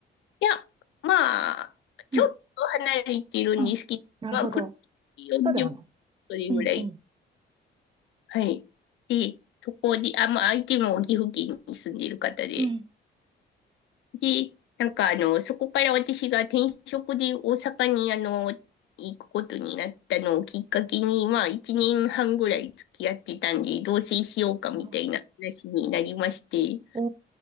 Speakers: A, on the left (about 70°); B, on the right (about 25°).
A: や、まあ、ちょっと離れてるんですけど、
B: うん。うん、なるほど。
A: まあ、車で40分ぐらい
B: そうではない。うん。うん。
A: はい。で、そこで、あ、まあ、相手も岐阜県に住んでいる方で。
B: うん。
A: で、なんかあの、そこから私が転職で大阪にあの、行くことになったのをきっかけに、まあ、一年半ぐらい付き合ってたんで、同棲しようかみたいな話になりまして。
B: あ、お